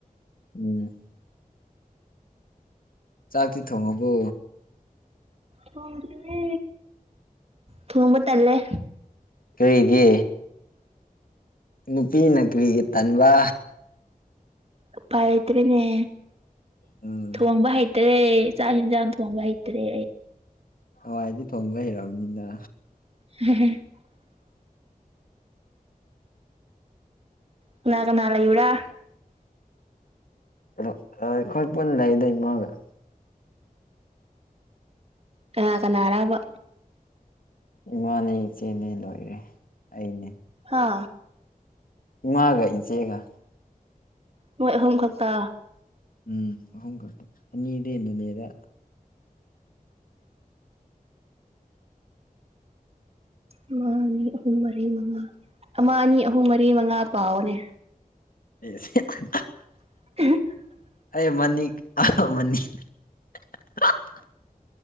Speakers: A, on the left (about 70°); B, on the right (about 40°).
A: ꯎꯝ ꯆꯥꯛꯇꯤ ꯊꯣꯡꯉꯕꯣ
B: ꯊꯣꯡꯗ꯭ꯔꯤ ꯊꯣꯡꯕ ꯇꯜꯂꯦ
A: ꯀꯔꯤꯒꯤ ꯅꯨꯄꯤꯅ ꯀꯔꯤꯒꯤ ꯇꯟꯕ
B: ꯎꯄꯥꯏ ꯂꯩꯇ꯭ꯔꯦꯅꯦ
A: ꯎꯝ
B: ꯊꯣꯡꯕ ꯍꯥꯏ ꯂꯩꯇ꯭ꯔꯦ ꯆꯥꯛ ꯑꯦꯟꯁꯥꯡ ꯊꯣꯡꯕ ꯍꯪꯇ꯭ꯔꯦ
A: ꯍꯋꯥꯏꯗꯤ ꯊꯣꯡꯕ ꯍꯩꯔꯝꯅꯤꯅ
B: <unintelligible> ꯀꯅꯥ ꯀꯅꯥ ꯂꯩꯕ꯭ꯔ
A: ꯍꯂꯣ ꯅꯪ ꯑꯩꯈꯣꯏ ꯄꯨꯟ ꯂꯩꯗꯩ ꯃꯒꯔ
B: ꯀꯅꯥ ꯀꯅꯥꯔꯕ
A: ꯏꯃꯥꯅꯦ ꯏꯆꯦꯅꯦ ꯂꯣꯏꯔꯦ ꯑꯩꯅꯦ
B: ꯍꯥ
A: ꯏꯃꯥꯒ ꯏꯆꯦꯒ
B: ꯅꯣꯏ ꯑꯍꯨꯝ ꯈꯛꯇ
A: ꯎꯝ ꯑꯍꯨꯝ ꯈꯛꯇ ꯑꯅꯤꯗꯤ ꯍꯦꯟꯅ ꯂꯩꯕ
B: ꯑꯃ ꯑꯅꯤ ꯑꯍꯨꯝ ꯃꯔꯤ ꯃꯉꯥ ꯑꯃ ꯑꯅꯤ ꯑꯍꯨꯝ ꯃꯔꯤ ꯃꯉꯥ ꯄꯥꯎꯑꯣꯅꯦ
A: <unintelligible>
B: <unintelligible>
A: ꯑꯩ ꯃꯅꯤꯛ ꯑ ꯃꯅꯤꯛ <unintelligible>